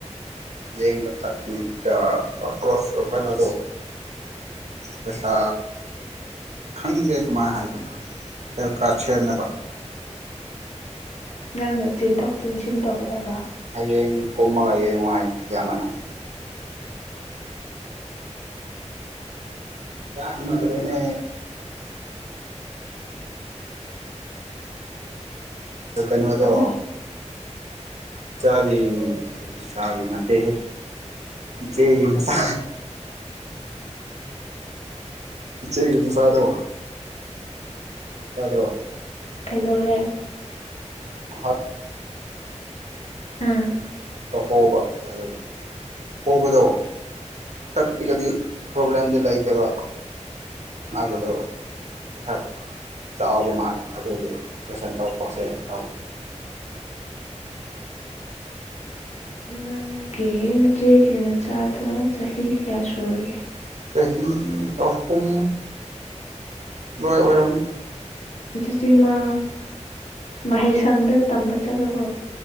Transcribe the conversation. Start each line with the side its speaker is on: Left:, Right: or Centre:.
Right: ꯌꯦꯡꯕ ꯆꯠꯂꯤ ꯑ ꯄꯔꯄꫭꯁ ꯀꯩꯅꯣꯗꯣ ꯄꯦꯁꯥ ꯈꯪꯒꯦ ꯀꯃꯥꯏ ꯍꯥꯏꯕꯅꯤ ꯗꯔꯀꯥꯁ ꯁꯦꯝꯅꯕ
Left: ꯅꯪꯅ ꯆꯦꯟꯊꯣꯛ ꯆꯦꯟꯁꯤꯟ ꯇꯧꯒꯗꯕ
Right: ꯍꯌꯦꯡ ꯀꯝꯃꯒꯥꯏ ꯍꯌꯦꯡꯉ ꯋꯥ ꯍ ꯑꯌꯥꯝꯕꯅ ꯌꯥꯗ꯭ꯔꯦꯅꯦ ꯑꯣ ꯀꯩꯅꯣꯗꯣ
Left: ꯑꯃ
Right: ꯆꯥꯒꯤ ꯆꯥꯒꯤ ꯅꯥꯠꯇꯦ ꯍꯦ ꯏꯆꯦꯒꯤ ꯃꯁꯥ ꯏꯆꯦꯒꯤ ꯃꯆꯥꯗꯣ ꯇꯥꯗ꯭ꯔꯣ
Left: ꯀꯩꯗꯧꯔꯦ
Right: <unintelligible> ꯑ
Left: ꯑꯥ
Right: ꯍꯣꯕ ꯑꯗꯨꯒ ꯍꯣꯕꯗꯣ ꯇꯞꯄꯤꯒꯗꯤ ꯄ꯭ꯔꯣꯕ꯭ꯂꯦꯝꯗꯤ ꯂꯩꯇꯦꯕ ꯃꯥꯒꯤꯗꯣ ꯈꯔ ꯆꯥꯎꯕ ꯃꯥꯜꯂꯦ ꯑꯗꯨꯒꯤ ꯑꯣꯄ꯭ꯔꯦꯁꯟ ꯇꯧꯊꯣꯛꯁꯦꯅ ꯇꯧ
Left: ꯅꯪꯒꯤ ꯅꯆꯦꯒꯤ ꯃꯆꯥꯗꯣ ꯆꯍꯤ ꯀꯌꯥ ꯁꯨꯔꯒꯦ
Right: ꯆꯍꯤ ꯑꯍꯨꯝ ꯑꯗꯨꯋꯥꯏ ꯑꯣꯏꯔꯝ
Left: ꯑꯗꯨꯗꯤ ꯃꯥ ꯃꯍꯩꯁꯪꯗ ꯇꯝꯕ ꯆꯠꯂꯕꯔꯣ